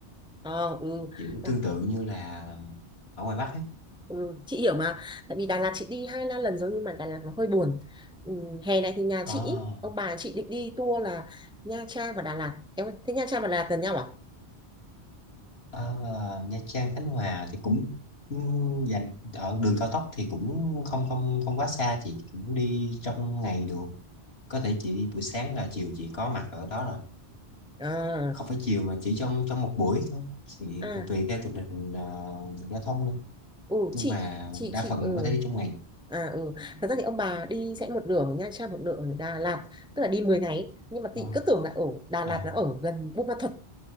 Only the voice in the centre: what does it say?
Ờ, ừ.
À,
ừ chị hiểu mà tại vì Đà Lạt chị đi hai ba lần rồi nhưng mà Đà Lạt nó hơi buồn ừ, hè này thì nhà
chị ý, ông bà chị định đi tour là Nha Trang và Đà Lạt em ơi, thế Nha Trang và Đà Lạt gần nhau à
à
à
ừ
chị
chị
chị
ừ
à ừ thật ra thì ông bà đi sẽ một nửa ở Nha Trang một nửa ở Đà Lạt tức là đi mười ngày nhưng mà
chị cứ tưởng là ở Đà
Lạt nó ở gần Buôn Ma Thuột